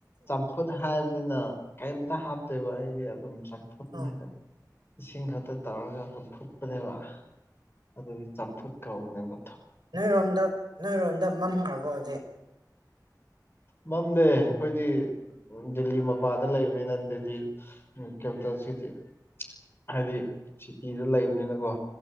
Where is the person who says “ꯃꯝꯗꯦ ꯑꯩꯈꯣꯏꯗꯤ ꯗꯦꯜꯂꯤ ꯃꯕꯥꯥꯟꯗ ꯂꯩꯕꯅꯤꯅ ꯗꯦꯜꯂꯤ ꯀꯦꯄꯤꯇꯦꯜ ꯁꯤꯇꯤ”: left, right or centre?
Left